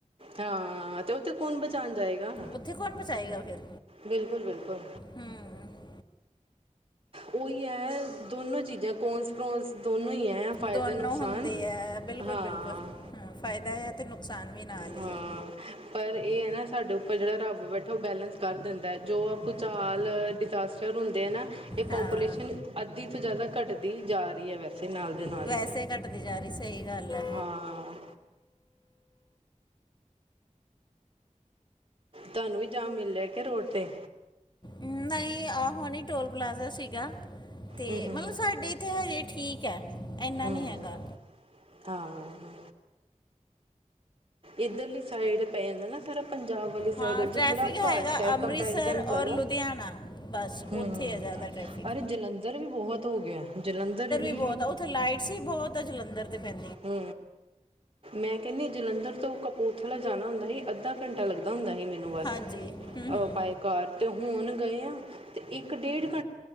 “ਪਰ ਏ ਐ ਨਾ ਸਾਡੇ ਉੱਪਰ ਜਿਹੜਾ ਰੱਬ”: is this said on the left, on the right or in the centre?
Right